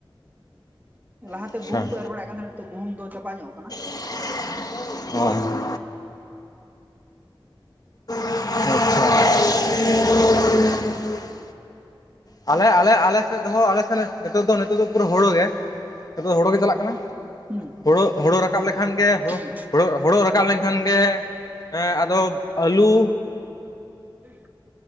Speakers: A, on the right; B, on the left.
A: ᱞᱟᱦᱟᱛᱮ
B: ᱟᱪᱪᱷᱟ
A: ᱜᱩᱢ ᱠᱩ ᱮᱨ ᱵᱟᱲᱟᱭᱮᱫ ᱠᱟᱱ ᱛᱟᱦᱮᱸᱱᱟ ᱱᱤᱛᱚᱜ ᱜᱩᱦᱩᱢ ᱫᱚ ᱪᱟᱵᱟ ᱧᱚᱜ ᱠᱟᱱᱟ,
B: <unintelligible> ᱦᱳᱭ <unintelligible> ᱟᱪᱪᱷᱟ ᱟᱞᱮ ᱟᱞᱮ ᱟᱞᱮᱥᱮᱫ ᱫᱚ ᱦᱳ ᱟᱞᱮ ᱥᱮᱫ ᱱᱤᱛᱚᱜ ᱫᱚ ᱱᱤᱛᱚᱜ ᱫᱚ ᱯᱩᱨᱟᱹ ᱦᱳᱲᱳ ᱜᱮ ᱱᱤᱛᱚᱜ ᱫᱚ ᱦᱳᱲᱳ ᱜᱮ ᱪᱟᱞᱟᱜ ᱠᱟᱱᱟ᱾
A: ᱦᱩᱸ,
B: ᱦᱩᱲᱳ ᱦᱩᱲᱳ ᱨᱟᱠᱟᱵ ᱞᱮᱠᱷᱟᱱ ᱜᱮ ᱦᱩᱲᱳ
A: ᱦᱩᱸ
B: ᱦᱩᱲᱳ ᱨᱟᱠᱟᱵ ᱞᱮᱱᱠᱷᱟᱱ ᱜᱮ ᱦᱮᱸ ᱟᱫᱚ ᱟᱹᱞᱩ
A: <inaudible>